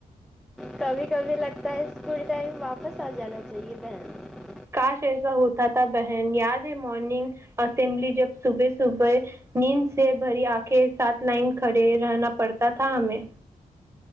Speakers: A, in the centre; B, on the right.
A: کبھی کبھی لگتا ہے اسکل ٹائم واپس آ جانا چاہیے بہن
B: کاش ایسا ہوتا تھا بہن یاد ہے مارننگ اسمبلی جب صبح صبح نیند سے بھری آنکھیں سات لائن کھڑے رہنا پڑتا تھا ہمیں